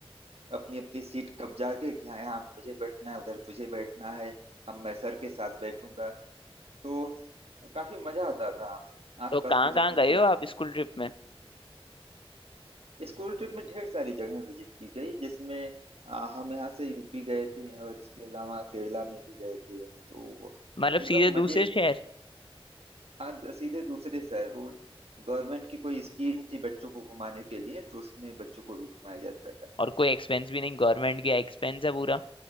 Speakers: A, on the right; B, on the left.
A: अपनी अपनी सीट कब्जा के कि हाँ यहाँ मुझे बैठना है उधर तुझे बैठना है हम मैं सर के साथ बैठूंगा तो काफी मजा आता था आसपास
B: तो कहाँ
A: की
B: कहाँ
A: जगहों
B: गए
A: पे जाते
B: हो आप
A: थे
B: स्कूल ट्रिप में
A: स्कूल ट्रिप में ढेर सारी जगहें विजिट की गई जिसमें आ, हम यहाँ से यूपी गए थे और इसके अलावा केरला में भी गए थे तो
B: मतलब
A: एकदम
B: सीधे दूसरे
A: मजे
B: शहर
A: हाँ द- सीधे दूसरे शहर वो गवर्नमेंट की कोई स्कीम थी बच्चों को घुमाने के लिए तो उसमें बच्चों को भी घुमाया जाता था
B: और कोई एक्सपेंस भी नहीं गवर्नमेंट का एक्सपेंस है पूरा